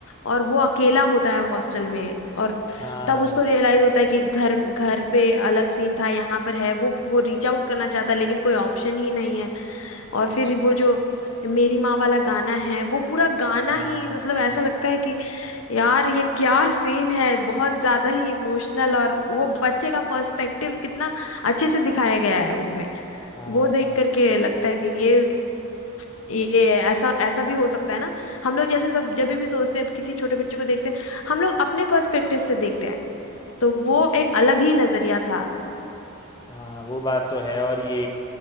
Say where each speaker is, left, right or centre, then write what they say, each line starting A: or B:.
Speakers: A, on the left; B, on the left.
A: और वो अकेला होता है हॉस्टल में और
B: हाँ
A: तब उसको रियलाइज होता है कि घर घर पे अलग सीन था यहाँ पर है वो वो रीच आउट करना चाहता है लेकिन कोई ऑप्शन ही नहीं है और फिर वो जो मेरी माँ वाला गाना है वो पूरा गाना
B: हाँ
A: ही मतलब ऐसा
B: हाँ
A: लगता है कि यार ये क्या सीन है बहुत ज्यादा ही इमोशनल और वो बच्चे का पर्सपेक्टिव कितना अच्छे से दिखाया गया है उसमें
B: हाँ
A: वो देख
B: हाँ
A: करके लगता है कि ये ये ऐसा ऐसा भी हो सकता है ना हम लोग जैसे सब जब भी सोचते हैं किसी छोटे बच्चे को देखते हैं हम लोग अपने पर्सपेक्टिव से देखते हैं तो वो एक अलग ही नजरिया था
B: हाँ, वो बात तो है और ये